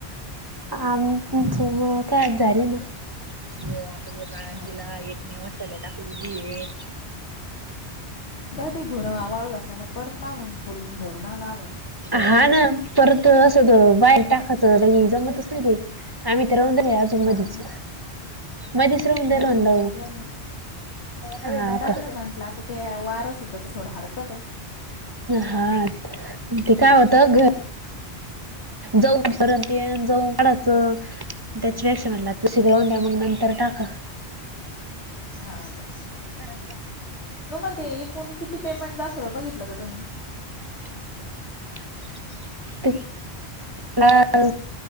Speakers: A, on the right; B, on the left.
A: आमच मग काय आज झाले ना? ज आता ज काळंदला
B: हा.
A: एक नेव असला टाकली जी आहे.
B: काय प धुर वाळू घातल्याना परत मागून फुलून भरून आला आव
A: हा ना परत अस होत बाहेर टाकायचं
B: हा.
A: लगी जमतच नाही ते आम्ही तर राहून जाऊ. चमधच
B: आ हा
A: म तिसरं मुद्या
B: नाही बाई
A: ल
B: मी
A: म्हणल
B: टाकलं
A: हा
B: मी टाकलं
A: का?
B: म्हटलं आता ते वारं सुटत तर थोडं हडकतं.
A: हा ते काय होतं
B: हा
A: घर जाऊ सरण येन जाऊ वाडाचं. त्याची वेस म्हटला तू शि घऊन द्या मग नंतर टाका.
B: हा का?
A: घरा
B: तुम्हा ते एकूण किती पेमेंट दाखव बघितलं ग तुम्ही?
A: <unintelligible> त मला